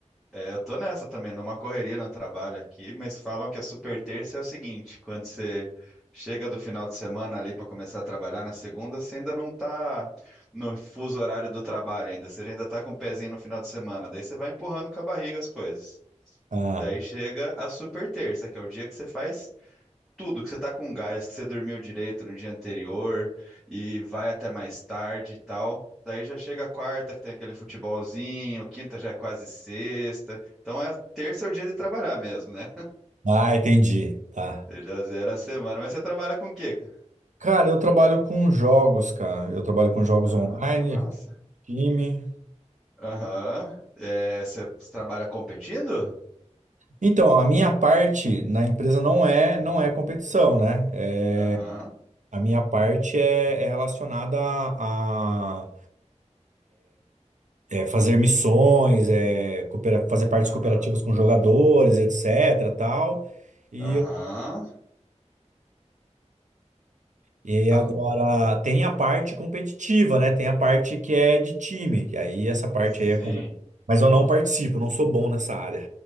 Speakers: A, in the centre; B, on the right.
A: É, eu tô nessa também, numa correria no trabalho aqui, mas falam que a Super Terça é o seguinte, quando você chega do final de semana ali pra começar a trabalhar na segunda, você ainda não tá no fuso horário do trabalho ainda, você ainda tá com o pezinho no final de semana, daí você vai empurrando com a barriga as coisas.
B: Ah,
A: Daí chega a Super Terça, que é o dia que você faz tudo, que você tá com gás, que você dormiu direito no dia anterior e vai até mais tarde e tal. Daí já chega a quarta, que tem aquele futebolzinho, quinta já é quase sexta. Então é terça é o dia de trabalhar mesmo, né?
B: ah, entendi. Tá.
A: Você já zera a semana. Mas você trabalha com o quê? cara?
B: Cara, eu trabalho com jogos, cara. Eu trabalho com jogos
A: Ah,
B: online,
A: que massa.
B: time.
A: Aham. É, você você trabalha competindo?
B: Então, a minha parte na empresa não é, não é competição, né? É,
A: Aham,
B: a minha parte é, é relacionada a, é, fazer missões, é, coopera- fazer partes
A: aham,
B: cooperativas com jogadores, etc, tal. E,
A: aham.
B: eu- e
A: Ah,
B: agora tem a parte competitiva, né? Tem a parte que é de time. E aí essa parte
A: sim.
B: aí é competitiva. Mas eu não participo, não sou bom nessa área.